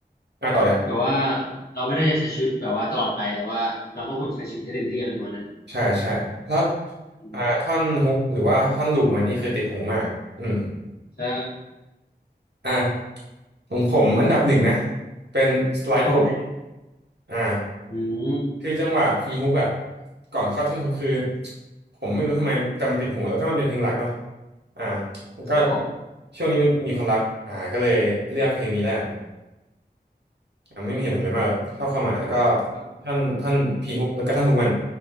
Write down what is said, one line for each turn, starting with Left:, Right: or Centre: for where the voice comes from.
Right: อ่าต่อเลยครับ
Left: แบบว่าเราไม่ได้ใช้ชีวิตแบบว่าตลอดไปแต่ว่าเราก็ควรใช้ชีวิตให้เต็มที่อะไรประมาณนั้น
Right: ใช่ใช่แล้ว
Left: อืม
Right: อ่าท่อนฮุกหรือว่าท่อนลูปมันนี่คือติดหูมากอืม
Left: ใช่
Right: อ่ะของผมอันดับหนึ่งนะเป็น slide
Left: ครับผม
Right: away อ่า
Left: อืม
Right: คือจังหวะพีฮุกอ่ะก่อนเข้าท่อนฮุกคือผมไม่รู้ทำไมแต่มันติดหูแล้วก็มันเป็นเพลงรักเนาะอ่าผมก็
Left: ครับผม
Right: ช่วงนี้เป็นมีความรักอ่าก็เลยเลือกเพลงนี้แล้วกันอ่าไม่มีเหตุผลอะไรมากเลยชอบความหมายแล้วก็
Left: ครับผม
Right: ท่อนท่อนพีฮุกแล้วก็ท่อนฮุกมัน